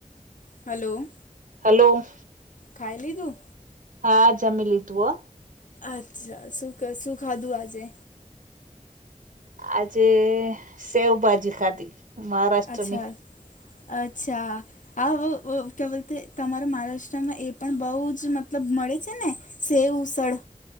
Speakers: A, on the left (about 70°); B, on the right (about 80°).
A: હલો.
B: હલો.
A: ખાઈ લીધું?
B: હા જમી લીધું હો.
A: અચ્છા. શું ક શું ખાધું આજે?
B: આજે સેવભાજી ખાધી. મહારાષ્ટ્રની
A: અચ્છા-અચ્છા. <unintelligible> તમારા મહારાષ્ટ્રમાં એ પણ બહુ જ મતલબ મળે છે ને. સેવ ઉસળ